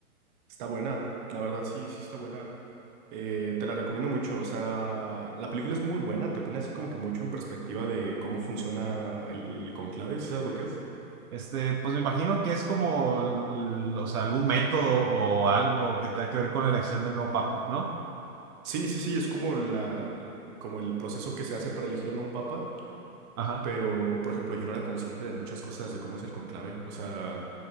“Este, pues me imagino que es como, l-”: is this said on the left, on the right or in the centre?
Right